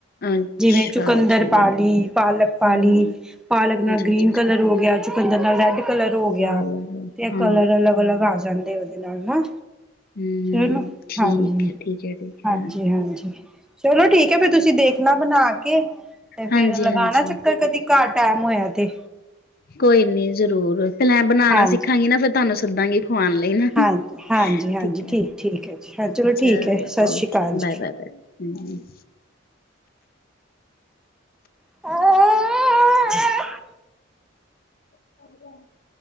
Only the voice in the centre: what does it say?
ਜਿਵੇਂ ਚੁਕੰਦਰ
ਪਾ ਲੀ, ਪਾਲਕ ਪਾ
ਲੀ, ਪਾਲਕ ਨਾਲ
ਗ੍ਰੀਨ- ਕਲਰ ਹੋ ਗਿਆ, ਚੁੱਕੰਦਰ ਨਾਲ ਰੈੱਡ- ਕਲਰ ਹੋ ਗੇਆ,
ਤੇ ਏ ਕਲਰ ਅਲੱਗ -ਅਲੱਗ ਆ ਜਾਂਦੇ ਓਦੇ ਨਾਲ ਨਾ।
ਚਲੋ-
ਹਾਂਜੀ
-ਹਾਂਜੀ
ਹਾਂਜੀ। ਚਲੋ ਠੀਕ ਏ ਫੇਰ ਤੁਸੀਂ ਦੇਖਣਾ ਬਣਾ ਕੇ, ਤੇ
ਫੇਰ ਲਗਾਣਾ ਚੱਕਰ ਕਦੀ। ਘਰ ਟੈਮ ਹੋਇਆ ਤੇ,
ਹਾਂਜੀ
ਹਾਂਜੀ
ਹਾਂਜੀ ਹਾਂਜੀ
ਠੀਕ ਹੈ ਜੀ ਹਾਂ
ਠੀਕ ਹੈ ਸਤਿ
ਸ਼੍ਰੀ ਅਕਾਲ
ਜੀ
<unintelligible>